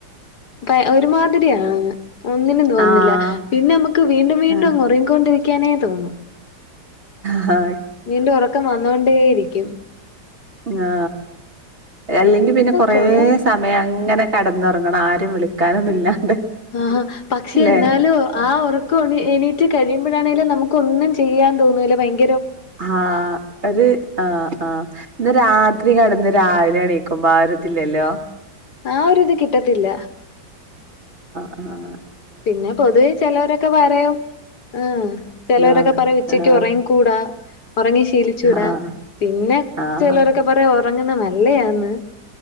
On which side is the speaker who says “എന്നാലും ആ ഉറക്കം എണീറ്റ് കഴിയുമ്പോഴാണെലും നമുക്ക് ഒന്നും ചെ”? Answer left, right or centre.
Left